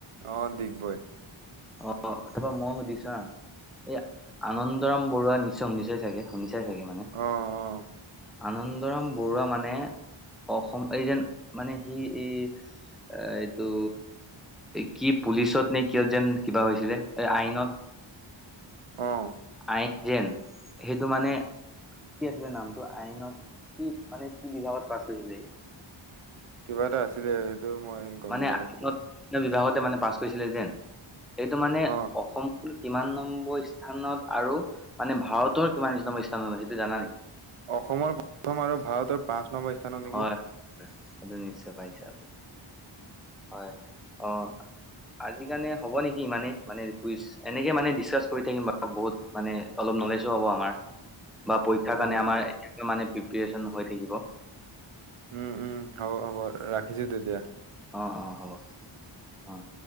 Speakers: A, on the right; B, in the centre.
A: অহ, ডিগবৈ।
B: অহ, তাৰপৰা মই সুধিছোঁ বা। এই আনন্দৰাম বৰুৱা নিশ্চয় শুনি চাই চাগে? শুনি চাই চাগে মানে,
A: অ', অ',
B: আনন্দৰাম বৰুৱা মানে অসম এই যেন মানে সি, এই এইটো কি পুলিচত নে কিয় যেন কিবা হৈছিলে, এই আইনত।
A: অহ।
B: আইন যেন, সেইটো মানে কি আছিলে নামটো। আইনত কি মানে কি বিভাগত পাছ কৰিছিলে সি?
A: কিবা এটা আছিলে। এইটো মই গম
B: মানে
A: নাপাওঁ
B: আইনত বিভাগতে মানে পাছ কৰিছিলে যেন, এইটো মানে
A: অ',
B: অসম কিমান নম্বৰ স্থানত আৰু মানে ভাৰতৰ কিমান নম্বৰ স্থানত সেইটো জানা নেকি?
A: অসমৰ প্ৰথম আৰু ভাৰতৰ পাঁচ নম্বৰ স্থানত নেকি।
B: হয় সেইটো নিশ্চয় পাইছে আপুনি, হয় অহ। আজি কাৰণে হ'ব নেকি, ইমানেই মানে কুইচ এনেকে মানে ডিচকাচ কৰি থাকিম বাৰু বহুত মানে অলপ নলেজো হ'ব আমাৰ। বা পৰীক্ষাৰ
A: অ',
B: কাৰণে আমাৰ
A: অ'।
B: মানে এই মানে প্ৰিপেয়েচন হৈ থাকিব।
A: উম', উম' হ'ব হ'ব ৰাখিছোঁ তেতিয়া।
B: অ', অ' হ'ব অ'।